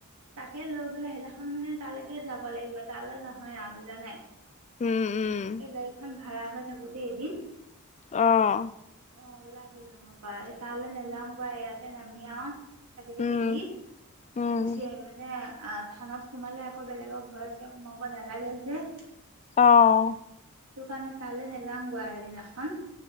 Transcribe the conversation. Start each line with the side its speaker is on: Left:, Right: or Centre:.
Right: তাকে লৈ পাই সেইদিনাখন মানে তালৈকে যাব লাগিব তালৈ নহয় আ বুজা নাই
Left: উম উম
Right: এই গাড়ী খন ভাড়া হৈ থাকোতে এদিন
Left: অহ
Right: অ ওলাবি নহবা তাহলে নাযাওঁ গ ইয় তে নামি আও চাকি তাকি
Left: উম
Right: দি
Left: উম
Right: গুচি আহিম মানে আহ থানত সোমালে আকৌ বেলেগৰ ঘৰে চৰে সোমাব নালাগে যে
Left: অহ
Right: সেইটো কাৰণে তালে নাযাওঁ গে আও সেই দিনাখন